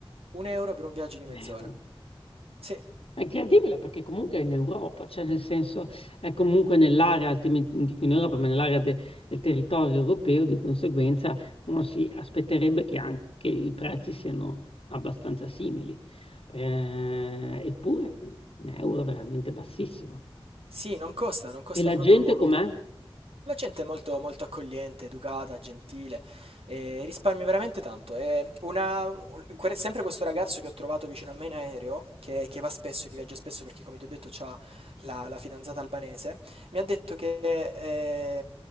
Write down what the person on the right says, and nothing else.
Un euro per un viaggio di mezz'ora.
Sì,
Sì, non costa, non costa
proprio
molto.
La gente è molto, molto accogliente, educata, gentile, e risparmi veramente tanto. E una, un- que- sempre questo ragazzo che ho trovato vicino a me in aereo, che, che va spesso, che viaggia spesso perché, come ti ho detto, ha la, la fidanzata albanese, mi ha detto che eh,